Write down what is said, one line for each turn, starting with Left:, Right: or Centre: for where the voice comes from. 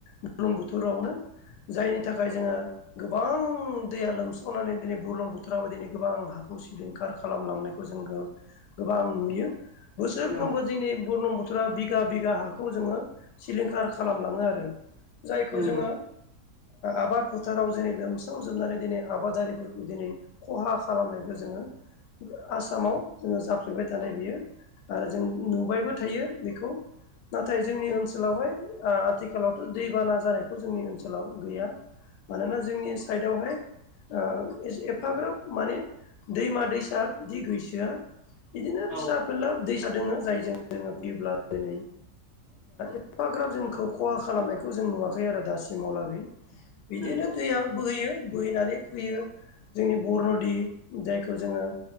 Left: बुरलुंबुथुरावनो जायनि थाखाय जोङो गोबां दैया लोमसावनानै दिनै बुरलुं बोथोराव दिनै गोबां हा खौ सिलिंखार खालामलांनायखौ जोङो गोबां नुयो। बोसोरफ्रोमबो
Right: औ
Left: दिनै बुरलुंबुथुरा बिगा बिगा हाखौ जोङो सिलिंखार खालामलाङो आरो जायखौ
Right: नंगौ
Left: जोङो आबाद फोथाराव दिनै लोमसाव जोबनानै दिनै आबादारिफोरखौ दिनै खहा खालामनायखौ जोङो आसामाव जोङो जाफ्लेबाय थानाय बियो आरो जों नुबायबो थायो बेखौ नाथाय जोंनि ओनसोलावहाय आथिखालावथ' दैबाना जानायखौ जोंनि ओनसोलाव गैया। मानोना जोंनि साइडआवहाय ओ एफाग्राब माने दैमा दैसा बिदि गैसोआ बिदिनो
Right: औ
Left: फिसा फिला दैसा दोङो जायजों जोङो फैयोब्ला दिनै एफाग्राब जोंखौ खहा खालामनायखौ जों नुवाखै आरो दासिमावलागै बिदिनो
Right: नंगौ
Left: दैया बोहैयो बोहैनानै फैयो जोंनि बरनदि जायखौ जोङो